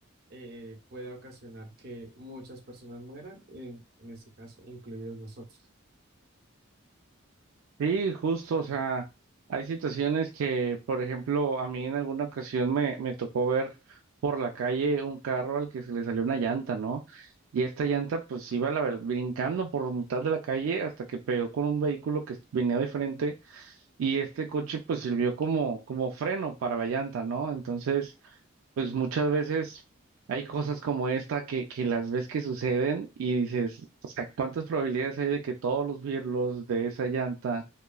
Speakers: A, on the right (about 45°); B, on the right (about 70°).
A: eh, puede ocasionar que muchas personas mueran, en, en este caso, incluidos nosotros.
B: Sí, justo, o sea, hay situaciones que, por ejemplo, a mí en alguna ocasión me, me tocó ver por la calle un carro al que se le salió una llanta, ¿no? Y esta llanta pues iba a la ver- brincando por mitad de la calle hasta que pegó con un vehículo que venía de frente y este coche pues sirvió como, como freno para la llanta, ¿no? Entonces... Pues muchas veces hay cosas como esta que, que las ves que suceden y dices, o sea, ¿cuántas probabilidades hay de que todos los birlos de esa llanta